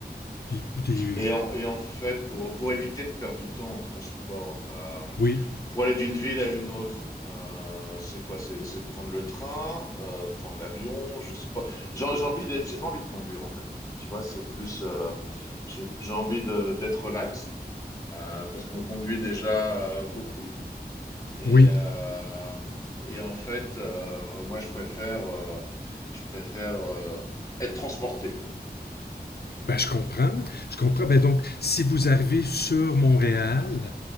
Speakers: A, on the left; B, on the left.
A: Des- des-
B: Et en, et en fait, pour, pour éviter de perdre du temps en transport, euh,
A: oui,
B: pour aller d'une ville à une autre, euh, c'est quoi? C'est c'est prendre le train, euh, prendre l'avion, je sais pas. J'ai j'ai envie de- j'ai pas envie de conduire en fait. Tu vois, c'est plus, euh, j'ai j'ai envie de d'être relax euh, parce qu'on conduit déjà euh, beaucoup. Et
A: oui,
B: euh, et en fait, euh, moi je préfère, euh, je préfère euh, être transporté quoi.
A: Ben, je comprends. Je comprends. Ben, donc, si vous arrivez sur Montréal,